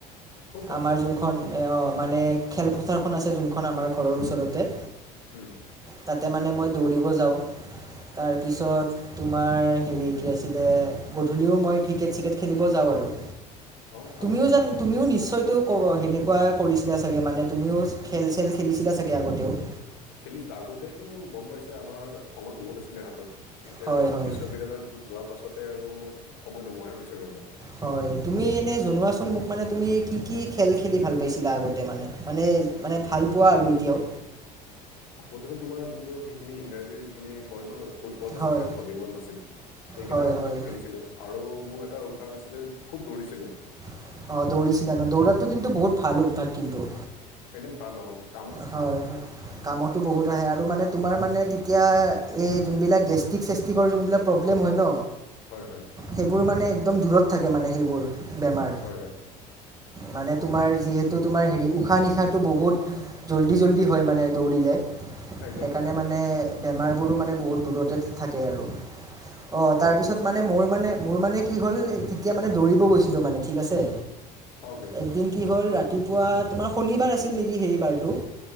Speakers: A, on the left; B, on the right.
A: খুব ভাল
B: আমাৰ যোনখন মানে খেলপথাৰখন আছে যোনখন আমাৰ ঘৰৰ ওচৰতে।
A: উম'।
B: তাতে মানে মই দৌৰিব যাওঁ, তাৰপিছত
A: আচ্ছা
B: তোমাৰ হেৰি কি আছিলে গধূলিও মই ক্ৰিকেট-চিকেট খেলিব যাওঁ আৰু।
A: অ ভালে
B: তুমিও জানো তুমিও নিশ্চয়তো কব সেনেকুৱাই কৰিছিলা চাগে মানে তুমিও খেল চেল খেলিছিলা চাগে আগতেও?
A: খেলিছিলো আগতেতো গম পাইছে আমাৰ সময় বহুত আছিলে হাতত। এতিয়া
B: হয় হয়
A: বিশ্ববিদ্যালয়ত গ যোৱাৰ পাছতে আৰু সময় নোহোৱাই হৈছে ৰ'বা।
B: হয় তুমি এনে জনোৱাচোন মোক মানে তুমি কি-কি খেল খেলি ভাল পাইছিলা আগতে মানে? মানে মানে ভাল পোৱা আৰু এতিয়াও?
A: আগতেটো তোমাৰ যোনটো সেইখিনি ইংৰাজী যিখিনি কয় ন? ফুটবল
B: হয়
A: আছিলে ভলীবল আছিল এইকেইটা
B: হয় হয়
A: খুব খেলিছিলো আৰু মোৰ এটা অভ্যাস আছিলে খুব দৌৰিছিলোঁ।
B: অ', দৌৰিছিলা ন? দৌৰাটো কিন্তু বহুত ভাল অভ্যাস কিন্তু।
A: এনেই <unintelligible>
B: হয়'-হয়', কামতো বহুত আহে আৰু মানে তোমাৰ মানে এতিয়া এই যোনবিলাক গেষ্টিক চেষ্টিকৰ যোনবিলাক প্ৰব্লেম হয় ন।
A: হয় হয়
B: সেইবোৰ মানে একদম দূৰত থাকে মানে সেইবোৰ বেমাৰ।
A: হয় হয়
B: মানে তোমাৰ যিহেতু তোমাৰ হেৰি উশাহ-নিশাহ টো বহুত জল্দি-জল্দি হয় মানে দৌৰিলে।
A: একদম
B: সেইকাৰণে
A: একদম
B: মানে বেমাৰবোৰো মানে বহুত দূৰতে থাকে আৰু। অ',
A: হয়
B: তাৰ
A: দেই
B: পিছত
A: সঁচা
B: মানে
A: একদম
B: মোৰ মানে মোৰ মানে কি হ'ল তেতিয়া মানে দৌৰিব গৈছিলো মানে ঠিক আছে।
A: অকে
B: এদিন কি হ'ল, ৰাতিপুৱা তোমাৰ শনিবাৰ আছিল নেকি সেইবাৰতটো?